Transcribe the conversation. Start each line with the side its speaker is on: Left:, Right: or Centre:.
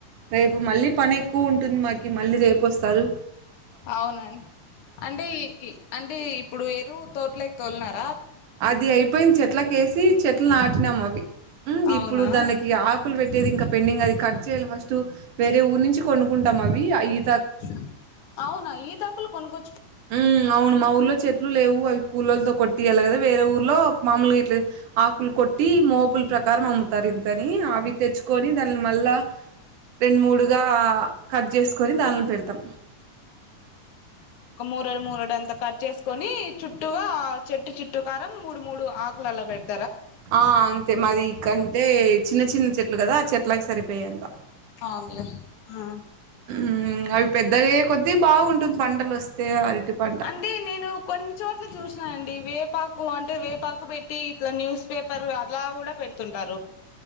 Right: రేపు మళ్ళీ పని ఎక్కువ ఉం పుట్టుందిమాకి మళ్ళీ రేపొస్తారు
Left: అవునాం అంటే అంటే ఇప్పుడు ఎరువు తోట్లేకి తోల్నారు
Right: అది అయిపోయింది చెట్లకేసి చెట్లు నాటినాము అవి
Left: అవునా
Right: ఇప్పుడు దానికి ఆకులు పెట్టేది ఇంకా పెండింగ్ అది ఖర్చ చేయాలి ఫస్ట్ వేరే ఊరు నుంచి కొనుక్కుంటాం అవి అయి
Left: <inaudible> అవునా ఈతాకులు కొన్కు
Right: మ్ అవును మా ఊర్లో చే లు లేవు అవి కూలోలుతో కొట్టియాలి కదా వేరే ఊరిలో మామూలుగా కొట్టియ్యల్ల కదా వేరే ఊర్లో మాములుగా ఇట్లా ఆకులు కొట్టి మోపుల ప్రకారం అమ్ముతారు ఇంతని అవి తెచ్చుకొని దాని మళ్ళా రెండు మూడుగా కట్ చేసుకొని దానిలో పెడతాం
Left: మూరడు మూరడు అంతా కట్ చేసుకొని చుట్టుగా చెట్టు చుట్టుకారం మూడు మూడు ఆకులలా పెడుతుంది
Right: ఆ అంతే మాది కంటే చిన్న చిన్న చెట్లు కదా చెట్లకి సరిపోయే అంత
Left: అవునులే ఆ
Right: హమ్ అవి పెద్దగయ్యేకొద్ది ఇది బాగుంటుంది పంటలు వస్తే అరటి పంట
Left: అంటే నేను కొన్ని చోట్ల చూసినానండి వేపాకు అంటే వేపాకు పెట్టి ఇట్లా న్యూస్ పేపర్ అలా కూడా పెడుతుంటారు